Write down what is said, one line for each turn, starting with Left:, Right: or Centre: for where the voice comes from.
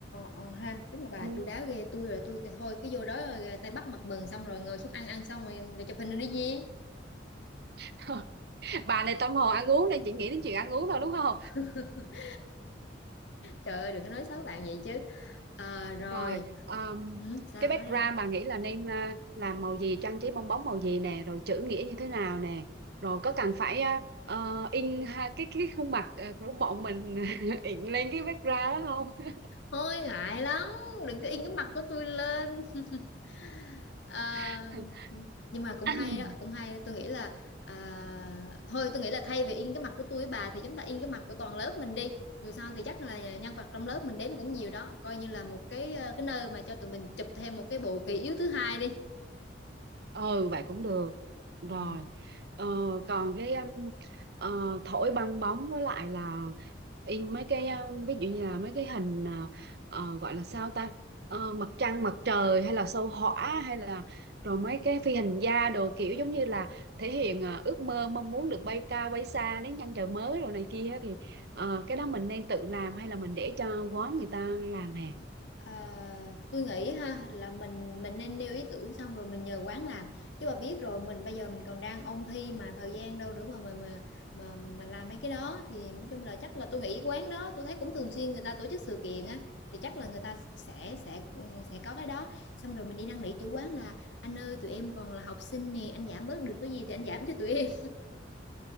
Left: ờ ha đúng là bà
Right: ừ.
Left: chu đáo ghê tôi rồi tôi kêu thôi cứ vô đó rồi ờ, tay bắt mặt mừng xong rồi ngồi xuống ăn ăn xong rồi, rồi chụp hình rồi đi gì
Right: <laughs> bà này tâm hồn ăn uống này chị nghĩ đến chuyện ăn uống thôi đúng không
Left: <laughs> trời ơi đừng có nói xấu bạn vậy chứ Ờ, rồi
Right: Rồi, um,
Left: Hử, sao
Right: cái background
Left: nói đi
Right: bà nghĩ là nên uh, làm màu gì, trang trí bong bóng màu gì nè, rồi chữ nghĩa như thế nào nè, rồi có cần phải uh, ờ, in ha, cái cái khuôn mặt uh, của bọn mình <laughs> in lên cái background đó không?
Left: Thôi ngại lắm, đừng có in cái mặt của tôi lên. <laughs> Ờ,
Right: <coughs>
Left: nhưng mà cũng
Right: <laughs>
Left: hay đó, cũng hay đó. Tôi nghĩ là à, thôi tôi nghĩ là thay vì in cái mặt của tôi với bà thì chúng ta in cái mặt của toàn lớp mình đi. Dù sao thì chắc là nhân vật trong lớp mình đến cũng nhiều đó, coi như là một cái ờ, cái nơi mà cho tụi mình chụp thêm một cái bộ kỷ yếu thứ hai đi.
Right: ừ vậy cũng được rồi
Left: Ừ.
Right: ờ, còn cái um, ờ, thổi bong bóng với lại là in mấy cái ờ, ví dụ như là mấy cái hình ờ, ờ, gọi là sao ta Ờ, mặt trăng mặt trời hay là sao hỏa hay là rồi mấy cái phi hành gia đồ kiểu giống như là thể hiện ờ, ước mơ mong muốn được bay cao bay xa đến chân trời mới rồi này kia thì ờ, cái đó mình nên tự làm hay là mình để cho quán người ta làm hè
Left: À, tôi nghĩ ha là mình mình nên nêu ý tưởng xong rồi mình nhờ quán làm chứ mà biết rồi mình bây giờ mình còn đang ôn thi mà thời gian đâu nữa mà mà mà mà mình làm mấy cái đó thì nói chung là chắc là tôi nghĩ quán đó tôi thấy cũng thường xuyên người ta tổ chức sự kiện á thì chắc là người ta sẽ sẽ ừ, sẽ có cái đó xong rồi mình đi năn nỉ chủ quán là anh ơi tụi em còn là học sinh nè anh giảm bớt được cái gì thì anh giảm cho tụi em